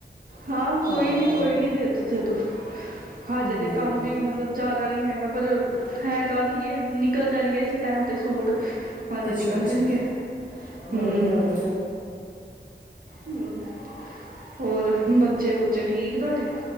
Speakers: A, on the right (about 55°); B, on the left (about 45°).
A: ਹਾਂ
B: ਤਾਂ
A: ਕੋਈ ਨੀ
B: ਕਰਕੇ
A: ਕੋਈ ਨੀ ਦੇਦੋ ਦੇਦੋ ਹਜੇ
B: ਹਮ
A: ਤੇ ਕੰਮ ਵੀ ਮਤਲਬ ਜ਼ਿਆਦਾ ਨੀ ਹੈਗਾ। ਪਰ ਹੈਗਾ ਵੀ ਐ ਨ ਨਿਕਲ ਜਾਣਗੇ, ਇਸ ਟਾਈਮ ਤੇ ਸੂਟ ਹਜੇ
B: ਅੱਛਾ
A: ਨਿਕਲ
B: ਅੱਛਾ
A: ਜਾਣਗੇ ਹੂੰ
B: ਵਧੀਆ ਵਧੀਆ
A: ਹੂੰ, ਹੋਰ, ਬੱਚੇ ਬੁਚੇ ਠੀਕ ਤੁਹਾਡੇ,